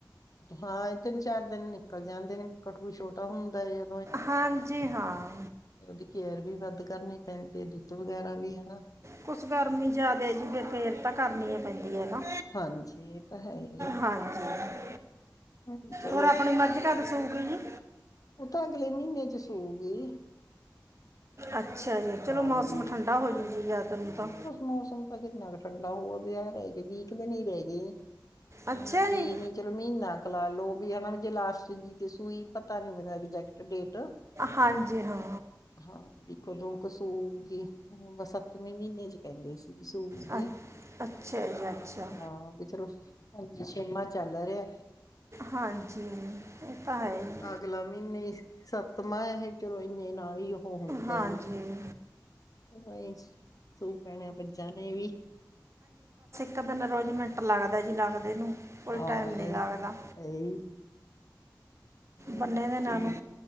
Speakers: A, on the left; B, on the right.
A: ਹਾਂ ਏ ਤਿੰਨ-ਚਾਰ ਦਿਨ ਨਿਕਲ ਜਾਂਦੇ ਨੇ ਕੱਠੂ ਛੋਟਾ ਹੁੰਦਾ ਆ।
B: ਹਾਂਜੀ ਹਾਂ।
A: ਓਦੀ ਕੇਅਰ ਵੀ ਵੱਧ ਕਰਨੀ ਪੈਂਦੀ ਐ ਦੁੱਧ ਵਗੈਰਾ ਵੀ ਹੈਨਾ।
B: ਕੁਝ ਗਰਮੀ ਜਾਦਾ ਸੀ ਤੇ ਫੇਰ ਤਾਂ ਕਰਨੀ ਏ ਪੈਂਦੀ ਏ ਨਾ,
A: ਹਾਂਜੀ ਇਹ ਤਾਂ ਹੈ ਹੀ
B: ਹਾਂਜੀ।
A: ਹਮ, ਚਲੋ
B: ਹੋਰ ਆਪਣੀ ਮਰਜ਼ੀ ਤੂੰ ਦਾ ਸੂਟ ਲੀ।
A: ਓ ਤਾਂ ਅਗਲੇ ਮੀਨੇ ਚ ਸੂਗੀ।
B: ਅੱਛਾ ਜੀ, ਚਲੋ
A: ਹਾਂਜੀ
B: ਮੌਸਮ ਠੰਢਾ ਹੋ ਜਾਊ ਜੀ ਜਾਦਾ ਨੀ ਤਾਂ
A: ਮੌਸਮ ਤਾਂ ਕਿੰਨਾ ਕੁ ਠੰਢਾ ਹੋਊਗਾ ਵਿਆਹ ਰੈ ਗਏ ਵੀ ਕ ਦਿਨ ਈ ਰੈ ਗਏ
B: ਅੱਛਾ
A: ਵੀਰ
B: ਜੀ
A: ਨੀ ਚਲੋ ਮੀਨਾ ਕ ਲਾਲੋ ਵੀ ਹੈਨਾ ਜੇ ਲਾਸਟ ਜੀ ਤੇ ਸੂਈ ਪਤਾ ਨੀ, ਮੈਨੂੰ ਹੈਗੀ ਐਗਜ਼ੈਕਟ ਡੇਟ
B: ਹਾਂਜੀ, ਹਾਂ।
A: ਹਾਂ ਵੀ ਕਦੋਂ ਕੁ ਸੂਗੀ, ਸੱਤਵੇਂ ਮੀਨੇ ਚ ਕੈਂਦੇ ਸੀ। ਸੂਗੀ
B: ਅ- ਅੱਛਾ ਜੀ ਅੱਛਾ
A: ਹਾਂ ਬਈ ਚਲੋ ਹਾਂਜੀ, ਛੇਮਾਂ ਚੱਲ ਰੈਯਾ।
B: ਹਾਂਜੀ, ਓਹ ਤਾਂ ਹੈ ਈ ਏ।
A: ਅਗਲਾ ਮਹੀਨੇ ਸੱਤਮਾ ਐ, ਚਲੋ ਏਨੇ ਨਾਲ ਈ ਓ ਹੁੰਦਾ
B: ਹਾਂਜੀ
A: ਏ। ਚਲੋ ਏ ਈ ਸੂ ਪੈਣੇ ਬੱਚਿਆਂ ਨੇ ਵੀ
B: ਤਾਂ ਫਿਰ ਰੋਜ਼ ਮਿੰਟ ਲੱਗਦਾ ਜੀ ਲਾਂਗਦੇ ਨੂੰ। ਕੋਈ
A: ਹਾਂ
B: ਟਾਈਮ ਨਹੀਂ
A: ਏ
B: ਲੱਗਦਾ
A: ਈ, ਹੈ ਈ, ਏ
B: ਬੰਨੇ
A: ਈ,
B: ਦੇ ਨਾਂ
A: ਸਿੰਮੀ
B: ਨੂੰ